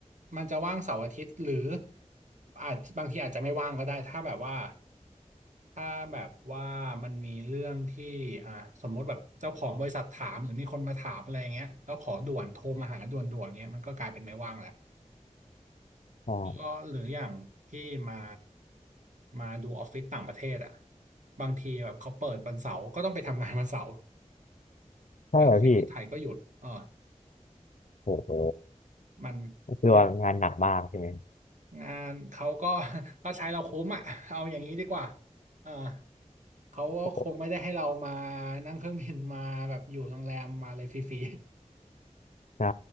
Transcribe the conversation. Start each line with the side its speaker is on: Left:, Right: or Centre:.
Right: มันจะว่างเสาร์อาทิตย์หรืออาจบางทีอาจจะไม่ว่างก็ได้ถ้าแบบว่าถ้าแบบว่ามันมีเรื่องที่อ่าสมมติแบบเจ้าของบริษัทถามหรือมีคนมาถามอะไรอย่างเงี้ยแล้วขอด่วนโทรมาหาด่วนๆเงี้ยมันก็กลายเป็นไม่ว่างแหละ
Left: ใช่
Right: ก็หรืออย่างพี่มามาดูออฟฟิศต่างประเทศอ่ะบางทีแบบเขาเปิดวันเสาร์ก็ต้องไปทำงานวันเสาร์
Left: ใช่เหรอพี่
Right: แต่ออฟฟิศที่ไทยก็หยุดเออ
Left: โอ้โห
Right: มัน
Left: ก็คือว่างานหนักมากใช่ไหม
Right: มันงานเขาก็ <laughs> ก็ใช้เราคุ้มอ่ะเอาอย่างนี้ดีกว่าเออเขาก็คงไม่ได้ให้เรามา
Left: โอ้โห
Right: นั่งเครื่องบินมาแบบอยู่โรงแรมมาอะไรฟรี
Left: ใช่